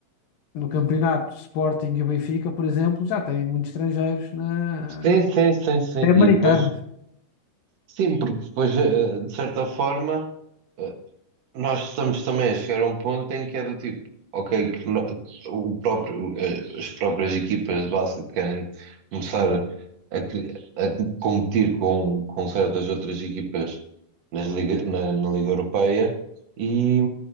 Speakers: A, on the left; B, on the right.
A: no campeonato Sporting e Benfica, por exemplo, já tem muitos estrangeiros na...
B: Sim, sim, sim, sim.
A: Tem
B: E
A: americanos,
B: depois, sim, porque depois, eh, de certa forma. eh, Nós estamos também a chegar a um ponto em que é do tipo, ok, que no- o próprio, eh, as próprias equipas de base que querem começar a, que- a competir com, com certas outras equipas nas Liga, na, na Liga Europeia e,